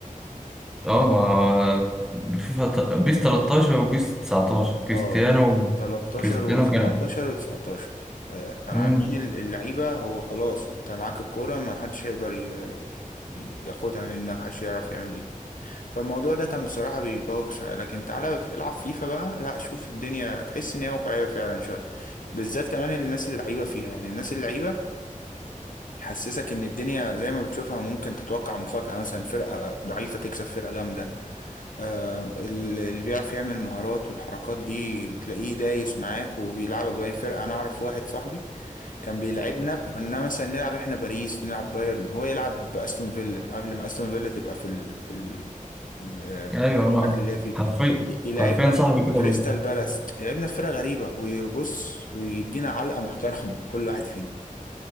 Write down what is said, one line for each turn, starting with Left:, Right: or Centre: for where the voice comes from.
Centre: أه ما فيفا ت- بيس 13 وبيس 19 كريستيانو
Left: اه 13
Centre: كريستيانو
Left: و17
Centre: كان
Left: و19 كانوا
Centre: مم.
Left: عاملين الل- اللعيبة هو خلاص انت معاك الكورة ما حدش يقدر ي- ي- ياخدها منك محدش يعرف يعمل ايه فالموضوع ده كان بصراحة بيبوخ شوية لكن تعالى في- العب فيفا بقى لا شوف الدنيا تحس ان هي واقعية فعلا شوية بالذات كمان الناس اللعيبة فيها يعني الناس اللعيبة حسسك ان الدنيا زي ما بتشوفها ممكن تتوقع مفاجأة مثلا فرقة ضعيفة تكسب فرقة جامدة آه، ال- اللي بيعرف يعمل المهارات والحركات دي تلاقيه دايس معاك وبيلعبك بأي فرقة أنا أعرف واحد صاحبي كان بيلعبنا كنا مثلا نلعب إحنا باريس نلعب بايرن هو يلعب بأستون فيلا قبل ما أستون فيلا تبقى في ال... في ال... ال- آه،
Centre: أيوه
Left: الشكل
Centre: ما
Left: اللي هي فيه
Centre: حرفيا
Left: ي- يلعبنا
Centre: حرفيا صاحبي
Left: بكريستال
Centre: كده برضه
Left: بالاس يلعبنا في فرقة غريبة ويبص ويدينا علقة محترمة <laughs> كل واحد فينا